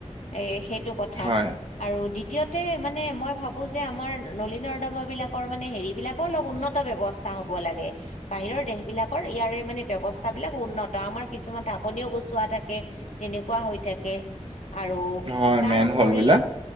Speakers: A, on the left; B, on the right.
A: এ সেইটো কথা
B: হয়
A: আৰু দ্বিতীয়তে মানে মই ভাবো যে আমাৰ নলা নৰ্দমা বিলাকৰ মানে হেৰিবিলাক অলপ উন্নত ব্যৱস্থা হ'ব লাগে। বাহিৰৰ দেশ বিলাকৰ ইয়াৰে মানে ব্যৱস্থাবিলাক উন্নত আমাৰ কিছুমান ঢাকনিও গুচোৱা থাকে তেনেকুৱা হৈ থাকে। আৰু
B: হয়
A: তাৰুপৰি
B: মেন হল বিলাক